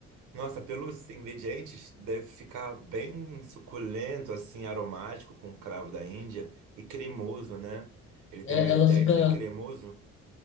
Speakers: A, on the right; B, on the left.
A: Nossa, pelos ingredientes, deve ficar bem suculento, assim, aromático, com cravo da Índia e cremoso, né? Ele
B: É,
A: tem uma ideia
B: ela fica.
A: de ser cremoso.